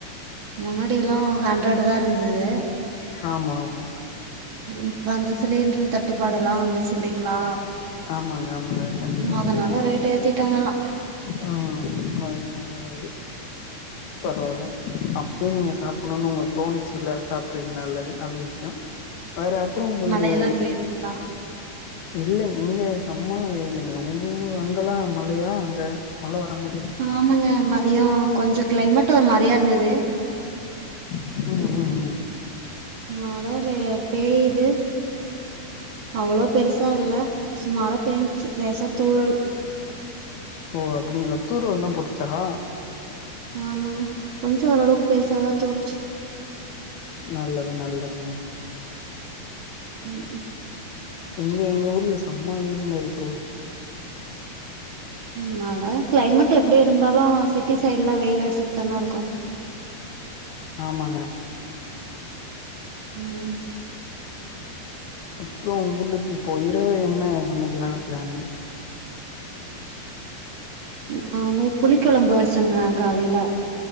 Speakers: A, on the right; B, on the left.
A: முன்னாடியெல்லா ஹண்ட்ரெட் தா இருந்துது
B: ஆமா ஆமா
A: இப்ப அந்த சிலிண்ட்ரு தட்டுப்பாடுல்லா வந்து சில்லைங்ளா
B: ஆமாங்க ஆமாங்க கண்டிப்பா
A: ம் அதனால ரேட்ட ஏத்திட்டாங்க எல்லா
B: ம் அதா <unintelligible> பரவால்ல அப்பயே நீங்க சாப்புண்ணுன் உங்க தோணுச்சுல்ல சாப்ட்ருக்கீங் நல்லது நல்ல விஷ்யோ வேற அப்றோ உங்குளுக்கு
A: மழையெல்லா பெய்துங்களா
B: இல்லங் இங்கே சம்ம வெயிலுங்க உங்க ஊ அங்கல்லா மழையா அங்க மழ வர மார்
A: ஆமாங்க மதியோ கொஞ்சோ கிளைமேட் ஒரு மாரியா இருந்துது
B: ம் ம் ம்
A: மழவே பெய்யுது அவ்ளோ பெருசா இல்ல சுமாரா பேஞ்ச்சு லேசா தூறல்
B: ஓ அப்டிங்ளா தூறல்லா போட்டுச்சா
A: ஆமாங்க கொஞ்சோ ஓரளவுக்கு பெருசாதா தூறுச்சு
B: நல்லது நல்லதுங்க
A: ம் ம்
B: எங்க எங்க ஊர்ல செம்ம வெயிலுங்க இப்போ
A: ம் நால கிளைமேட் எப்டி இருந்தாலு சிட்டி சைடுல வெயில் அடிச்சிட்டு தான இருக்கும்
B: ஆமாங்க
A: ம்
B: அப்போ உங்க ஊர்ல இப்போ இரவு என்ன சமைக்கலானு பிளானு
A: நாங்க புளிக்கொழம்பு வச்சோங்க காலையில